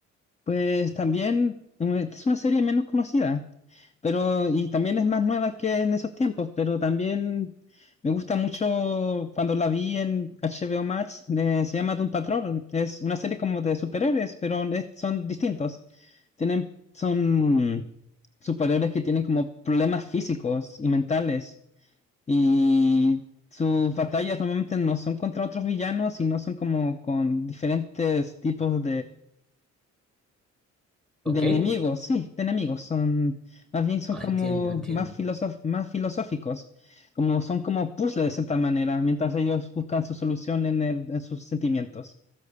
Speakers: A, on the left; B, in the centre.
A: Pues también eh, es una serie menos conocida. Pero, y también es más nueva que en esos tiempos, pero también me gusta mucho cuando la vi en HBO Max, eh, se llama Doom Patrol. Es una serie como de superhéroes, pero es- son distintos. Tienen, son superhéroes que tienen como problemas físicos y mentales. Y sus batallas normalmente no son contra otros villanos, sino son como con diferentes tipos
B: ¿ok?
A: de enemigos, sí, de enemigos. Son, más bien son
B: Ah,
A: como
B: entiendo, entiendo.
A: más filosof- más filosóficos. Como son como puzzles de cierta manera, mientras ellos buscan su solución en el- en sus sentimientos.